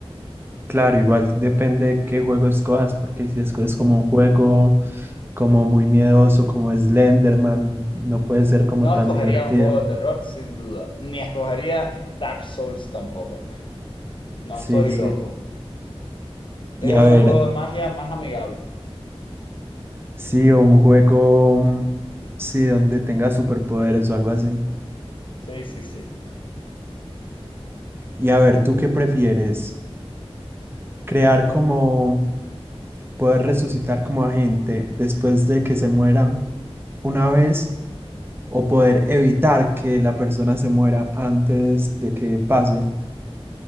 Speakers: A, on the right (about 20°); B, on the left (about 50°).
A: claro, igual depende qué juego escojas, porque si escoges como un juego como muy miedoso, como Slenderman, no puede ser como
B: No
A: tan
B: escogería
A: divertido.
B: un juego de terror, sin duda, ni escogería Dark Souls tampoco. No
A: Sí,
B: estoy
A: sí.
B: loco.
A: Y
B: Tiene
A: a
B: que
A: ver,
B: ser un juego de magia más amigable.
A: sí, o un juego, mm, sí, donde tenga superpoderes o algo así.
B: Sí, sí, sí.
A: Y a ver, ¿tú qué prefieres? ¿Crear como, poder resucitar como a gente después de que se muera una vez? o poder evitar que la persona se muera antes de que pase.